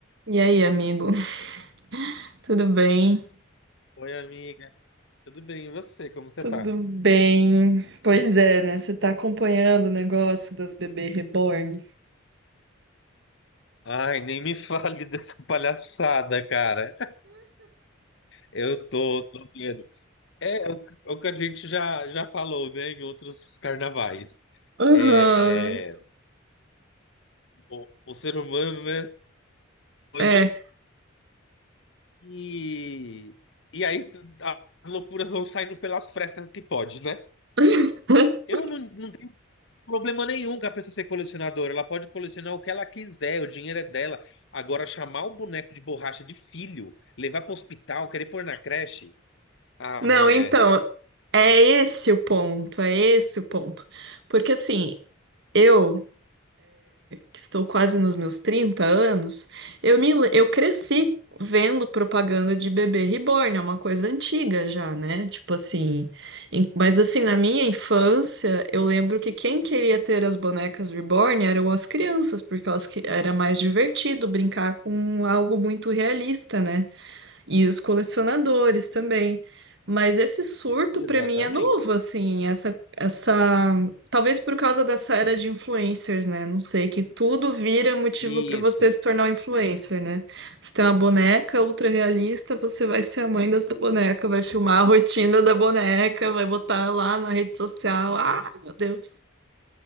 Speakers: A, on the right (about 60°); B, on the left (about 60°).
A: E aí, amigo? <laughs> Tudo bem?
B: Oi, amiga. Tudo bem? E você? Como você
A: Tudo
B: tá?
A: bem. Pois é, né? Você tá acompanhando o negócio das bebê reborn?
B: Ai, nem me <laughs> fale dessa palhaçada, cara. Eu tô, tô vendo. É, é o, é o que a gente já, já falou, né, em outros carnavais.
A: Aham,
B: É, o, o ser humano, né, doido
A: é.
B: e, e aí as loucuras vão saindo pelas frestas que pode, né?
A: <laughs>
B: Eu não, não tenho Problema nenhum com a pessoa ser colecionadora. Ela pode colecionar o que ela quiser, o dinheiro é dela. Agora, chamar o boneco de borracha de filho, levar para o hospital, querer pôr na creche. Ah,
A: Não,
B: mulher.
A: então, é esse o ponto, é esse o ponto. Porque assim, eu que estou quase nos meus 30 anos, eu me, le- eu cresci vendo propaganda de bebê reborn, é uma coisa antiga já, né? Tipo assim, em- mas assim, na minha infância, eu lembro que quem queria ter as bonecas reborn eram as crianças, porque elas que era mais divertido brincar com algo muito realista, né? E os colecionadores também. Mas esse surto
B: Exatamente.
A: para mim é novo, assim, essa, essa, talvez por causa dessa era de influencers, né? Não sei, que tudo vira motivo
B: Isso.
A: para você se tornar um influencer, né? Você tem uma boneca ultra realista, você vai ser a mãe dessa boneca, vai filmar a rotina da boneca, vai botar lá na rede social. Ah, meu Deus.